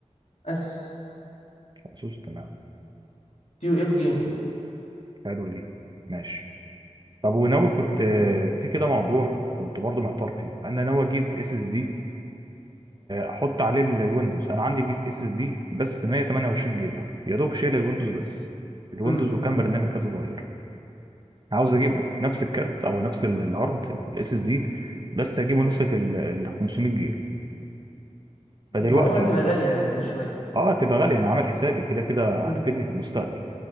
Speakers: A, on the left; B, on the right.
A: اسوس
B: اسوس تمام
A: تيو اف جيمنج
B: حلوه دي ماشي طب وناوي كنت آه، في كده موضوع كنت برضو محتار فيه انا ناوي اجيب اس اس دي احط عليه ال- الويندوز انا عندي اس اس دي بس 128 جيجا يا دوب شايل الويندوز بس الويندوز
A: امم
B: وكام برنامج كده صغير عاوز اجيب نفس الكارت او نفس ال- الهارد الاس اس دي بس اجيبه نسخه ال ال 500 جيجا فدلوقتي
A: عموما هتبقى غالية يعني شوية
B: اه تبقى غاليه انا عامل حسابي كده كده
A: امم
B: هتفيدني في المستقبل